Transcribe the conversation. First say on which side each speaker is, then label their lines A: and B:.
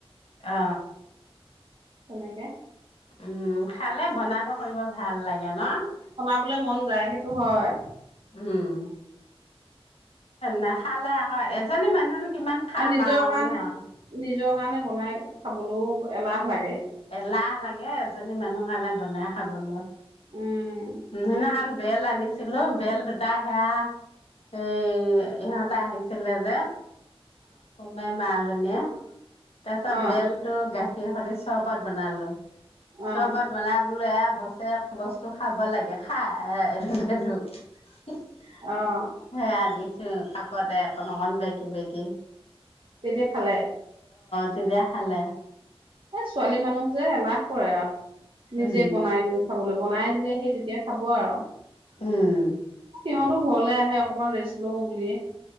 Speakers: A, on the left; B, on the right.
A: অ
B: তেনেকে
A: উম 'খালে বনাব কৰিব ভাল লাগে ন।
B: মোৰ বলে মন যায় সেইটো হয়
A: উম', নাখালে আকৌ এজনী মানুহ কিমান খাম
B: নিজৰ
A: আৰু
B: কাৰণে
A: নহয়।
B: নিজৰ কাৰণে বনাই খাবলৈও এলাহ লাগে
A: লাহ লাগে এজনী মানুহ কাৰণে। বনাই খাবলৈ
B: উম
A: মানে অম <unintelligible> বেল আনিছিলো বেল দুটা সেয়া এই ইহঁতে আহিছিলে যে অ মই ম যে <inaudible> নে তাৰ পিছত
B: অ',
A: বেলতো গাখীৰ সেইয়া পাছো <unintelligible> চৰপত বনালো
B: অ',
A: চৰবত বনাই বোলো এ বছে বস্তু খাব লাগে খা এ- এ জোক সেৱা
B: অ',
A: আদি উ', কাপতে অকণ অকণ বেগী -বেগী
B: তেতিয়া খালে।
A: চিযেয়া খালে
B: এহ 'ছোৱালী মানুহ যে এলাহ কৰে আৰু নিজে
A: উম
B: বনাই কৰি খাবলৈ বনাই দিলে সেই তেতিয়া খাব আৰু
A: উম',
B: সিহঁতো ঘৰলৈ আহে অকণমান ৰেষ্ট লওঁ বুলিয়ে